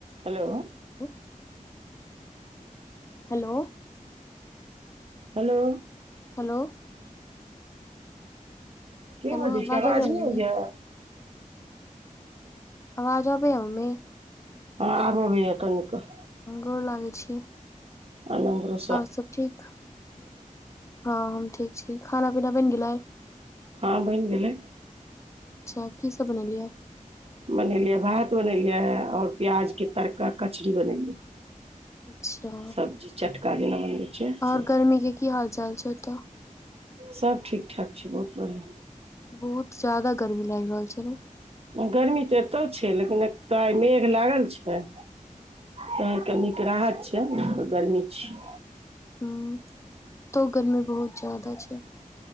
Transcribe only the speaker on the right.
Hello.
Hello.
के
बजै छै आवाज
नइ आबइया
हँ आब अबैया कनिकऽ'
अनन्द रहुं।
हँ बइन गेलै
बनेलियै भात बनेलियै और प्याज के तड़का कचड़ी बनेलियै।
सब्जी चटका जेना बनबै छै
से
सब ठीक-ठाक छै बहुत बढ़ियाँ।
गर्मी तऽ'एतौ छै, लेकिन एतऽ' आइ मेघ लागल छै। तऽ' कनीक राहत छै गर्मी छियै